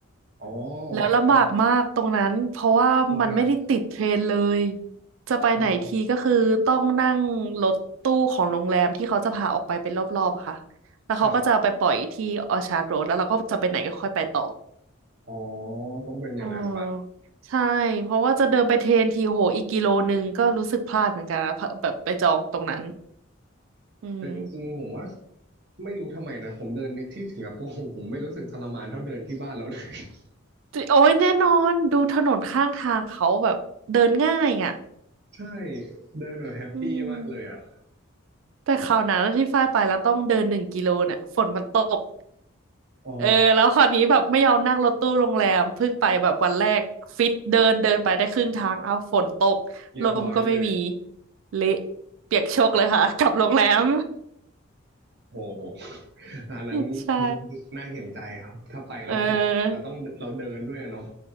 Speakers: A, on the right; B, on the right.
A: อ๋อโอเ
B: แล้วลำบากมากตรงนั้นเพราะว่ามันไม่ได้ติดเทรนเลย
A: คครับ
B: จะไปไหนทีก็คือต้องนั่งรถตู้ของโรงแรมที่เขาจะพาออกไปเป็นรอบๆอะค่ะแล้วเขาก็จะเอาไปปล่อยที่ออชาร์ดโรดแล้วเราก็จะไปไหนก็ค่อยไปต่อ
A: อ๋อครับอ๋อต้องเป็นอย่างนั้น
B: อ๋อใช่เพราะว่าจะเดินไปเทรนทีโหอีกกิโลนึงก็รู้สึกพลาดเหมือนกันนะเพราะแบบไปจองตรงนั้นอืม
A: แต่จริงๆผมว่าไม่รู้ทำไมนะผมเดินในที่สิงคโปร์ผมไม่รู้สึกทรมานเท่าเดินที่บ้านเราเลย <laughs>
B: จิโอ้ยแน่นอนดูถนนข้างทางเขาแบบเดินง่ายอ่ะ
A: ใช่เดินแบบแฮปปี้มากเลยอ่ะ
B: อืมแต่คราวนั้นที่ฝ้ายไปแล้วต้องเดินหนึ่งกิโลเนี่ยฝนมันตก
A: อ๋อ
B: เออแล้วคราวนี้แบบไม่ยอมนั่งรถตู้โรงแรมเพิ่งไปแบบวันแรกฟิตเดินเดินไปได้ครึ่งทางเอาฝนตกลมก็ไม่มี
A: เรียบร้อยเลย
B: เละเปียกโชกเลยค่ะกลับโรงแรม
A: โอ้โหอันนั้น
B: <laughs> ใช่
A: น่าเห็นใจครับถ้าไปแล้วฝนตกก็ต้องเราเดินด้วยอะเนาะ
B: เออ